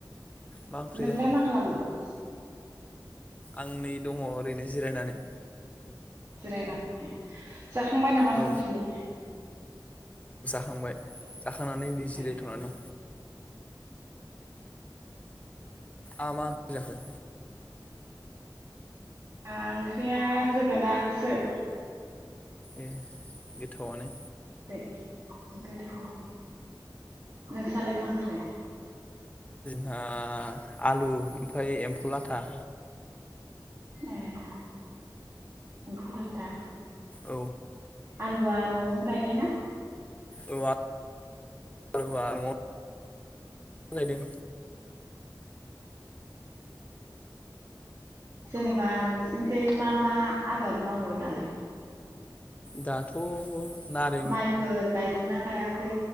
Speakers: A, on the left; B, on the right.
A: मा ओंख्रि
B: नोंलाय
A: जाखो
B: मा खालामदों? <inaudible>
A: आं नै दङ ओरैनो जिरायनानै।
B: जिरायनानै जाखांबाय नामा
A: औ
B: सानसुनि?
A: खांबाय जाखांनानै जिरायथ'नानै
B: ए
A: दं आ मा ओंख्रि जाखो?
B: आं ओंख्रिया जोगोनारसो
A: ए गोथावनो
B: गो <unintelligible> नोंसालाय मा ओंख्रि?
A: हा आलु ओमफ्राय एम्फौ लाथा।
B: ए एम्फौ लाथा।
A: औ
B: आलुवा न'आवनो गायनाय ना?
A: औ आलुआ न'आव गायदों।
B: जेनेबा नोंसिनिखै मा मा आबाद मावो दालाय?
A: दाथ' नारें
B: माइफोर गायदोंना गायाखै?